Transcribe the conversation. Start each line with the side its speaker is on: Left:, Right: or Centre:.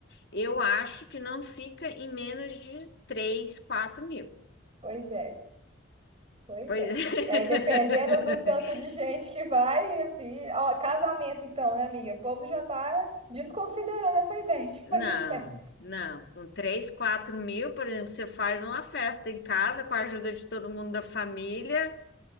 Left: eu acho que não fica em menos de 3, 4 mil.
Right: Pois é. Pois
Left: Pois
Right: é.
Left: é.
Right: E aí, dependendo do tanto
Left: <laughs>
Right: de gente que vai, minha filha. Ó, casamento, então, né, amiga? O povo já tá desconsiderando essa <laughs> ideia de
Left: Não,
Right: fazer festa.
Left: não. Com três quatro mil, por exemplo, você faz uma festa em casa com a ajuda de todo mundo da família,